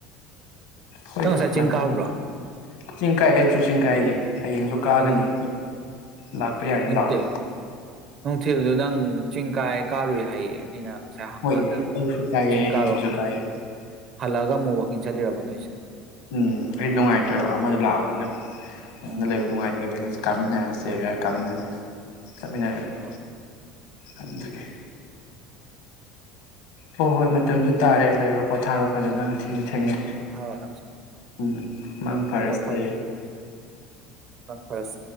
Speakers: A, on the left; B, on the right.
A: ꯍꯣꯏ
B: ꯅꯪ ꯉꯁꯥꯏ
A: <unintelligible>
B: ꯆꯤꯡ ꯀꯥꯔꯨꯕ꯭ꯔꯣ
A: ꯆꯤꯡ ꯀꯥꯏ ꯑꯌꯨꯛꯁꯨ ꯆꯤꯡ ꯀꯥꯏꯌꯦ ꯍꯌꯦꯡꯁꯨ ꯀꯥꯒꯅꯤ
B: ꯑꯗꯨ
A: ꯂꯥꯛꯄ ꯌꯥꯔꯦ
B: ꯅꯠꯇꯦ
A: ꯂꯥꯛꯑꯣ
B: ꯅꯨꯡꯊꯤꯜꯗꯨ ꯅꯪ ꯆꯤꯡ ꯀꯥꯏ ꯀꯥꯔꯨꯏ ꯍꯥꯏꯌꯦ ꯑꯩꯅ ꯉꯁꯥꯏ ꯍꯪꯀꯥꯟꯗ
A: ꯍꯣꯏ ꯑꯌꯨꯛꯁꯨ ꯀꯥꯏꯌꯦ
B: ꯆꯤꯡ
A: ꯅꯨꯡꯊꯤꯜꯁꯨ
B: ꯀꯥꯔꯨ
A: ꯀꯥꯏꯌꯦ
B: ꯍꯜꯂꯛꯑꯒ ꯑꯃꯨꯛ ꯋꯥꯀꯤꯡ ꯆꯠꯂꯤꯔꯕ ꯅꯣꯏꯁꯦ
A: ꯎꯝ ꯑꯩ ꯅꯨꯡꯉꯥꯏꯇ꯭ꯔꯕ ꯑꯃꯗ ꯂꯥꯛꯑꯕꯅꯤꯅ ꯃꯊꯟꯗ
B: ꯎꯝ
A: ꯂꯩꯕ ꯅꯨꯡꯉꯥꯏꯇꯕꯅꯤꯅ ꯀꯥꯃꯤꯟꯅꯔꯁꯦ ꯍꯥꯏꯔ ꯀꯥꯃꯤꯟꯅꯔꯦ ꯆꯠꯃꯤꯟꯅꯔ‌ꯦꯗꯅ
B: ꯎꯝ ꯍꯣꯏ
A: ꯑꯗꯨꯒꯤ ꯍꯣꯏ ꯍꯣꯏ ꯃꯇꯝꯁꯨ ꯇꯥꯔꯦ ꯂꯩꯔꯣ ꯄꯣꯊꯥꯔꯣ ꯐꯖꯅ ꯊꯦꯡꯁꯨ ꯊꯦꯡꯉꯦ
B: ꯐꯖꯅ ꯄꯣꯊꯥꯔꯑꯣ ꯅꯪ
A: ꯎꯝ ꯃꯪ ꯐꯔꯁꯦ
B: ꯊꯝꯃꯣ ꯅꯪ ꯐꯔꯁꯦ